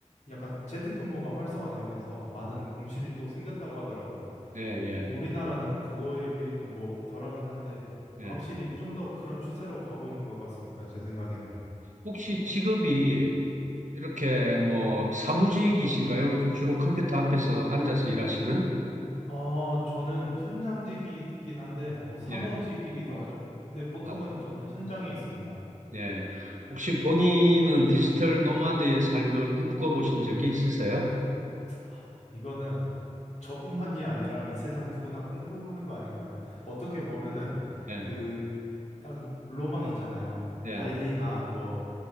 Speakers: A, on the left (about 65°); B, on the right (about 75°).
A: 약간 재택근무가 활성화되면서 많은
B: 음,
A: 공실이 또 생겼다고 하더라고요.
B: 네, 예,
A: 또 우리나라는 그거에 비해는 뭐 덜하긴 한데
B: 예.
A: 확실히
B: 예.
A: 좀 더 그런 추세로 가고 있는 것 같습니다. 제 생각에는.
B: 혹시 직업이 이렇게 뭐 사무직이신가요? 주로 컴퓨터 앞에서 앉아서 일하시는?
A: 어, 저는 현장직이긴 한데 뭐 사무직이기도
B: 예.
A: 하죠. 근데 보통은
B: 아,
A: 저는 현장에 있습니다.
B: 예. 혹시 본인은 디지털 노마드의 삶을 꿈꿔보신 적이 있으세요?
A: 아, 이거는 저뿐만이 아니라 이 세상 누구나 꿈꾸는 거 아닐까요? 어떻게 보면은
B: 예.
A: 그 딱 로망 있잖아요.
B: 예.
A: 발리나 뭐